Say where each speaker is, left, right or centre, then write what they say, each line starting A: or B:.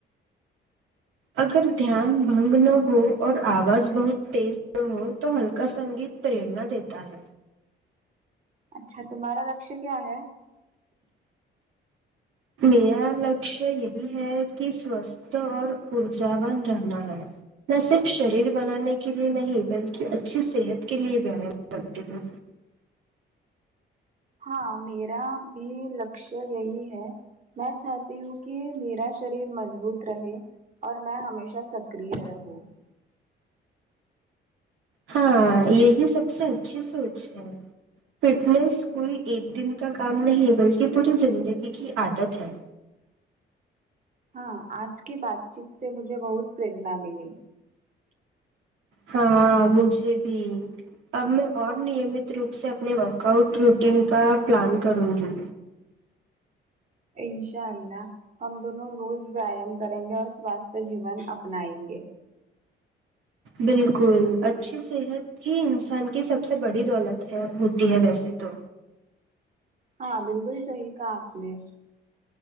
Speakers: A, on the right; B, on the right.
A: اگر دھیان بھنگ نہ ہو اور آواز بہت تیز نہ ہو تو ہلکا سنگیت پریرنا دیتا ہے
B: اچھا تمہارا لکش کیا ہے
A: میرا لکش یہی ہے کہ سوستھ اور ارجا ون رہنا ہے نہ صرف شریر بنانے کے لیے نہیں بلکہ اچھی صحت کے لیے ویایام کرتی ہے
B: ہاں میرا بھی لکش یہی ہے میں چاہتی ہوں کہ میرا شریر مضبوط رہے اور میں ہمیشہ سکرہ رہوں
A: ہاں یہی سب سے اچھی سوچ ہے فٹنس کوئی ایک دن کا کام نہیں بلکہ پوری زندگی کی عادت ہے
B: ہاں آج کی بات چیت سے مجھے بہت پریرنا ملی
A: ہاں مجھے بھی اب میں اور نیمت روپ سے اپنے ورک آؤٹ روٹین کا پلان کروں گی
B: انشاء اللہ ہم دونوں روز ویام کریں گے اور سوستھ جیون اپنائیں گے
A: بالکل اچھی صحت ہی انسان کی سب سے بڑی دولت ہے ہوتی ہے ویسے تو
B: ہاں بالکل صحیح کہا آپ نے